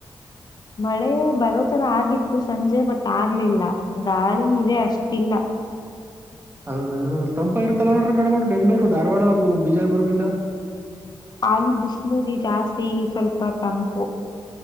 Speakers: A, on the left; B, on the right.
A: ಮಳೆ ಬರೋತರ ಆಗಿತ್ತು ಸಂಜೆ ಬಟ್ ಆಗ್ಲಿಲ್ಲ ಗಾಳಿ ಇದೆ ಅಷ್ಟಿಲ್ಲ
B: ಹೌಧೇನ ತಂಪು ಇರುತ್ತಲ್ವಾ ಮೇಡಮ್ ಅವರೇ ಬೆಂಗಳೂರು ಧಾರವಾಡ ಬಿಜಾಪುರ ಗಿಂತ
A: ಅಲ್ ಬಿಸಿಲುೂರಿ ಜಾಸ್ತಿ ಇಲ್ ಸ್ವಲ್ಪ ತಂಪು